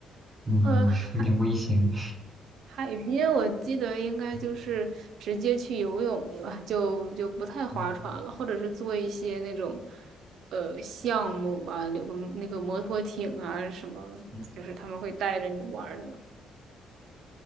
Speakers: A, on the right; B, on the right.
A: 嗯有点危险？
B: 呃，海海边我记得应该就是直接去游泳了，
A: 嗯
B: 就就不太划船了，
A: 嗯
B: 或者是做一些那种呃项目吧，有个那个摩托艇啊什么，
A: 嗯
B: 就是他们会带着你玩儿的。